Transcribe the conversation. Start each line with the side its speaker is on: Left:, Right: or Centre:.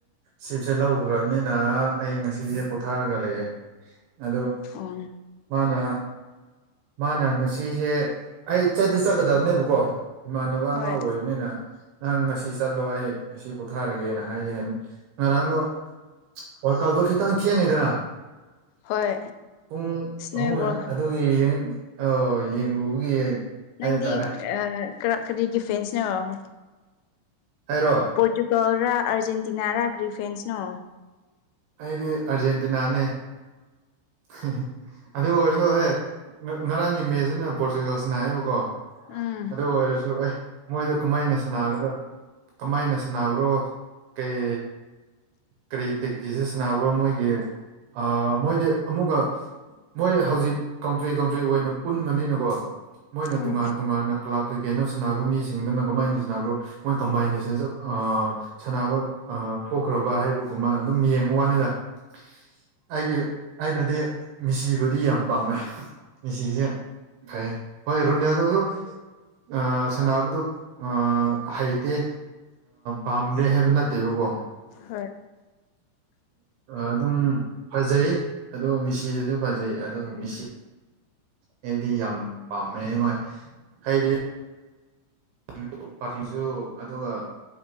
Right: ꯁꯤꯞꯁꯦ ꯂꯧꯈ꯭ꯔꯝꯅꯤꯅ ꯑꯩ ꯉꯁꯤꯗꯤ ꯄꯣꯊꯥꯔꯒ ꯂꯩꯌꯦ ꯑꯗꯣ
Left: ꯎꯝ
Right: ꯃꯥꯅ ꯃꯥꯅ ꯉꯁꯤ ꯑꯩꯁꯦ ꯑꯩ ꯆꯠꯇꯤ ꯆꯠꯀꯗꯕꯅꯦꯕꯀꯣ ꯏꯃꯥꯟꯅꯕ
Left: ꯍꯣꯏ
Right: ꯑꯃ ꯑꯣꯏꯕꯅꯤꯅ ꯅꯪ ꯉꯁꯤ ꯆꯠꯂꯣ ꯑꯩ ꯉꯁꯤ ꯄꯣꯊꯥꯔꯒꯦꯅ ꯍꯥꯏꯔꯝꯅꯦ ꯉꯔꯥꯡꯗꯣ ꯋꯥꯜ ꯀꯞꯇꯣ ꯈꯤꯇꯪ ꯊꯦꯡꯉꯦꯗꯅ
Left: ꯍꯣꯏ
Right: ꯄꯨꯡ
Left: ꯁꯅꯣꯏꯕ꯭ꯔꯣ
Right: ꯑꯍꯨꯝ ꯑꯗꯨꯒꯤ ꯌꯦꯡ ꯑꯥꯎ ꯌꯦꯡꯂꯨꯕꯒꯤ
Left: ꯅꯪꯗꯤ
Right: ꯍꯥꯏꯕ ꯇꯥꯔꯦ
Left: ꯑ ꯀꯔ ꯀꯔꯤꯒꯤ ꯐꯦꯟꯁꯅꫭ
Right: ꯑꯩꯔꯣ
Left: ꯄꯣꯔꯇꯨꯒꯜ ꯔ ꯑꯔꯖꯦꯟꯇꯤꯅꯥ ꯔ ꯀ꯭ꯔꯤ ꯐꯦꯟꯁꯅꯣ
Right: ꯑꯩꯗꯤ ꯑꯔꯖꯦꯟꯇꯤꯅꯥꯅꯦ <unintelligible> ꯑꯗꯨ ꯑꯣꯏꯔꯁꯨ ꯍꯦ ꯉꯥ ꯉꯔꯥꯡꯒꯤ ꯃꯦꯁꯇꯅꯦ ꯄꯣꯔꯆꯨꯒꯜ ꯁꯅꯥꯌꯦꯕꯀꫭ
Left: ꯎꯝ
Right: ꯑꯗꯨ ꯑꯣꯏꯔꯁꯨ ꯑꯩ ꯃꯣꯏꯗ ꯀꯃꯥꯏꯅ ꯁꯥꯟꯒꯗ ꯀꯃꯥꯏꯅ ꯁꯥꯟꯅꯕ꯭ꯔꯣ ꯀꯩ ꯀꯔꯤ ꯇꯦꯛꯇꯤꯖ ꯁꯥꯟꯅꯕ꯭ꯔꯣ ꯃꯣꯏꯒꯤ ꯑ ꯃꯣꯏꯗꯤ ꯑꯃꯨꯛꯀ ꯃꯣꯏ ꯍꯧꯖꯤꯛ ꯀꯥꯎꯟꯇ꯭ꯔꯤ ꯀꯥꯎꯟꯇ꯭ꯔꯤ ꯑꯣꯏꯅ ꯄꯨꯟꯕꯅꯤꯅꯀꯣ ꯃꯣꯏꯅ
Left: ꯎꯝ
Right: ꯇꯣꯉꯥꯟ ꯇꯣꯉꯥꯟꯅ ꯀ꯭ꯂꯥꯕ ꯀꯩꯀꯩꯅꯣ ꯁꯥꯟꯅꯕ ꯃꯤꯁꯤꯡꯗꯨꯅ ꯀꯃꯥꯏꯅ ꯁꯥꯟꯅꯕꯣꯅꫭ ꯃꯣꯏ ꯀꯝꯕꯥꯏꯅꯦꯁꯟꯁ ꯑ ꯁꯥꯟꯅꯕ ꯑ ꯊꯣꯛꯈ꯭ꯔꯕ ꯍꯥꯏꯕꯒꯨꯝꯕ ꯑꯗꯨꯝ ꯌꯦꯡꯕ ꯋꯥꯅꯤꯗ ꯑꯩꯒꯤ ꯑꯩꯅꯗꯤ ꯃꯤꯁꯤꯕꯨꯗꯤ ꯌꯥꯝ ꯄꯥꯝꯃꯦ ꯃꯤꯁꯤꯁꯦ ꯐꯩ ꯍꯣꯏ ꯔꯨꯅꯦꯜꯗꫭꯖꯨ ꯑ ꯁꯅꯥꯕꯗꯣ ꯑ ꯍꯩꯇꯦ ꯄꯥꯝꯗꯦ ꯍꯥꯏꯕ ꯅꯠꯇꯦꯕꯀꯣ
Left: ꯍꯣꯏ
Right: ꯑꯗꯨꯝ ꯐꯖꯩ ꯑꯗꯣ ꯃꯤ ꯁꯦꯁꯤꯗꯨꯁꯨ ꯐꯖꯩ ꯑꯗꯣ ꯃꯦꯁꯤ ꯑꯩꯕꯨꯗꯤ ꯌꯥꯝ ꯄꯥꯝꯃꯦ ꯑꯗꯨ ꯍꯥꯏꯗꯤ <inaudible> ꯄꯥꯁꯨ ꯑꯗꯨꯒ